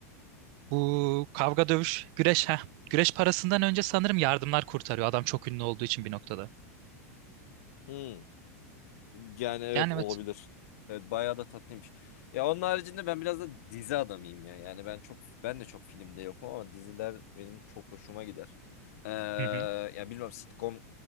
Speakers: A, on the right; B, on the left.
A: bu kavga dövüş güreş ha güreş parasından önce sanırım yardımlar kurtarıyor adam çok ünlü olduğu için bir noktada
B: Hmm. Yani evet
A: yani
B: olabilir.
A: evet
B: Evet bayağı da tatlıymış. Ya onun haricinde ben biraz da dizi adamıyım ya. Yani ben çok ben de çok filmde yokum ama diziler benim çok hoşuma gider. Ee,
A: hı hı.
B: ya bilmiyorum sitcom